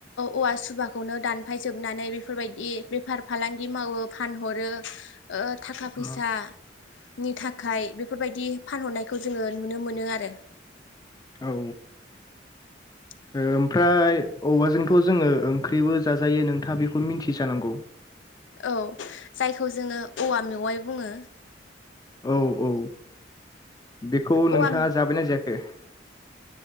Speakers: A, on the left (about 85°); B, on the left (about 20°).
A: औवा सुबाखौनो दानफायजोबनानै बेफोरबायदि बेफार फालांगि मावो फानहरो थाखा फैसा
B: उम
A: नि थाखाय बेफोरबायदि फानहरनायखौ जोङो नुनो मोनो आरो
B: औ
A: <inaudible>
B: ओमफ्राय औवजोंथ' जोङो ओंख्रिबो जाजायो नोंथाङा बेखौ मिन्थि जानांगौ
A: औ जायखौ जोङो औवा मेवाइ बुङो
B: औ औ बेखौ
A: औवा
B: नोंथाङा जाबायना जायाखै